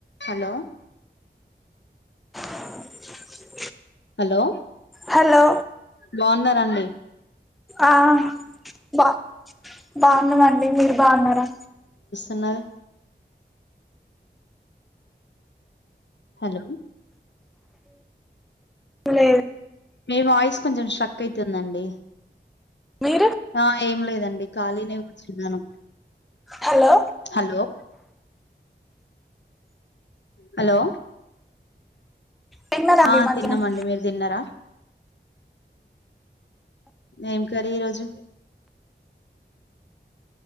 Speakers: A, on the left (about 70°); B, in the centre.
A: Hello
B: <inaudible>
A: hello
B: hello
A: బావున్నారండీ
B: ఆహ్ బా బాగున్నమండి మీరు బాగున్నారా
A: ఉన్నారు హలో
B: లేదు
A: మీ వాయిస్ కొంచెం స్ట్రక్ అయితుందండి
B: మీరేం
A: ఆహ్ ఏం లేదండి ఖాళీనే సిగ్నల్..
B: హలో
A: హలో హలో
B: తిన్నారండి
A: ఆ
B: మధ్యాహ్నం
A: తిన్నమండి మీరు తిన్నారా ఏం కర్రీ ఈరోజు